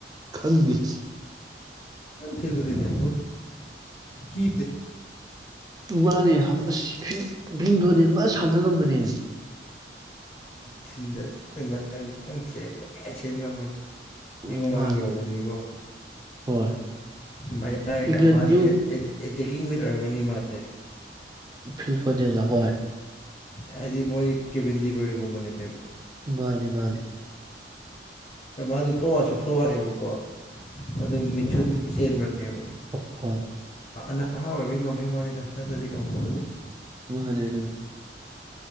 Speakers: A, on the right; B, on the left.
A: ꯈꯪꯒ
B: ꯐꯤꯜꯕꯗꯅꯤꯗ ꯀ
A: ꯃꯥꯅꯦ ꯑꯁ ꯤꯡꯗꯣꯔꯅꯦ ꯑꯗꯨ ꯃꯥ ꯑꯁ ꯁꯥꯟꯅ ꯉꯝꯕꯅꯦ
B: ꯊꯤꯟꯗꯔꯦ ꯃꯥꯡꯗꯤꯁꯨꯈꯤꯇꯪ ꯊꯦꯔꯁꯦꯔꯤꯉꯝꯜ ꯃꯅꯤꯡ
A: ꯎꯝ
B: ꯃꯃꯥꯡ
A: ꯃꯥꯅꯦ
B: ꯌꯎꯧꯕꯅꯦꯕ
A: ꯍꯣꯏ
B: ꯃꯌꯥꯏꯒ
A: ꯏꯪꯂꯟꯁꯨ
B: ꯃꯥꯗꯤ ꯑꯦꯇꯦꯛꯀꯤꯡ ꯃꯤꯠ ꯑꯣꯏꯔꯝꯒꯅꯤ ꯃꯥꯁꯦ
A: ꯐꯤꯜ ꯐꯣꯗꯦꯜꯂ ꯍꯣꯏ
B: ꯍꯥꯏꯗꯤ ꯃꯣꯏ ꯀꯦꯕꯤꯤꯟꯗꯤꯕꯒ ꯃꯅꯦ ꯌꯦ
A: ꯃꯥꯅꯤ ꯃꯥꯅꯤ
B: ꯃꯥꯗꯤ ꯐꯣꯔꯋꯥꯁꯨ ꯐꯣꯋꯥꯅꯦꯕꯀꯣ ꯑ ꯃꯤꯆ ꯑꯗꯨ ꯁꯤꯦꯟꯕꯅꯦꯕ
A: ꯑꯣꯊꯣꯏ
B: ꯅꯍꯥ ꯑꯣꯏꯕꯒꯤ ꯉꯝꯍꯩ ꯋꯥꯅꯤꯗ ꯅꯠꯇ꯭ꯔꯗꯤ ꯉꯝꯃꯣꯏ
A: ꯋꯥꯍꯅꯤ